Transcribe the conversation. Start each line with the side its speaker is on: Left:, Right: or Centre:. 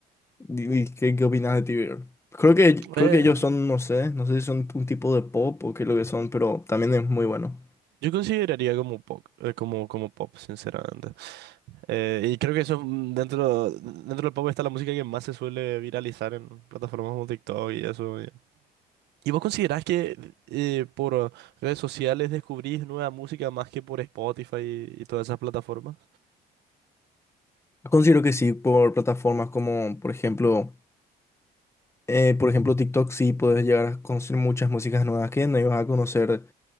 Left: ¿Y y qué, qué opinas de TV Girl? Creo que, creo
Right: Eh,
Left: que ellos son, no sé, no sé si son un tipo de pop o qué es lo que son, pero también es muy bueno.
Right: yo consideraría como pop, eh, como, como pop, sinceramente. Eh, y creo que eso mm, dentro, dentro del pop está la música que más se suele viralizar en plataformas como TikTok y eso. ¿Y ¿Y vos considerás que eh, por redes sociales descubrís nueva música más que por Spotify y, y todas esas plataformas?
Left: Considero que sí, por plataformas como, por ejemplo, eh, por ejemplo, TikTok, sí puedes llegar a conocer muchas músicas nuevas que no ibas a conocer